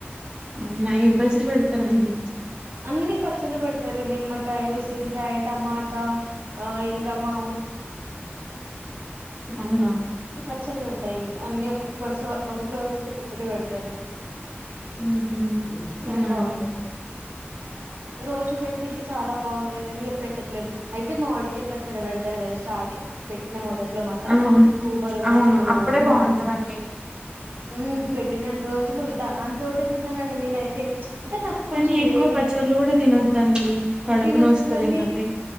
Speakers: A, on the right; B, on the right.
A: అవునా ఏం పచ్చడి పెడతారండి
B: అన్నీ పచ్చలు పెడతారు. నిమ్మకాయ, ఉసిరికాయ, టమాటా. ఆ ఇంకా మా
A: అవునా
B: పచ్చలు ఉంటాయి. అన్ని ఒక్కొక్కస ఒక్కొక్క రోజు ఒక్కొక్కటి పెడతారు.
A: ఉహుం అవునా
B: కానీ బాగుంటాయి
A: అండి.
B: రోజు పెడితే ఇంకా చాలా బాగుండది. కాని ఇక పెట్టట్లేదు అయితే మామిడికే పచ్చడి పెడతారు కదా. ష స్టార్టింగ్ పెట్టిన మొదట్లో మాత్రం
A: అవును
B: సూపర్ ఉందండి
A: అవును
B: రోజు
A: అప్పుడే బాగుంటదండి
B: మాడికాయ్ ఉమ్ పెట్టినన్ని రోజులు దానితోటే తిన్నానండి నేనైతే అంటే నాకు కొంచెం
A: కానీ ఎక్కువ
B: వేడి ఉంటది.
A: పచ్చళ్ళు కూడా తినొద్దండి కడుపు
B: తినొద్దు
A: నొస్తది
B: కానీ
A: మళ్ళీ